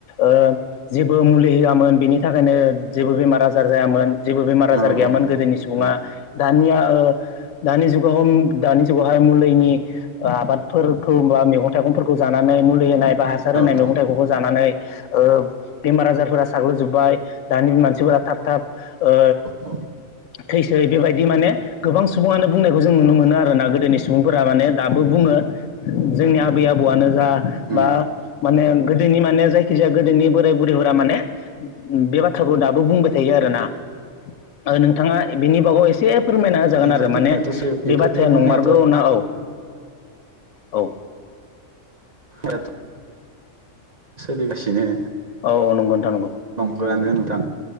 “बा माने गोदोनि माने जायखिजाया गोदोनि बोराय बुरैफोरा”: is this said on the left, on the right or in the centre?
Left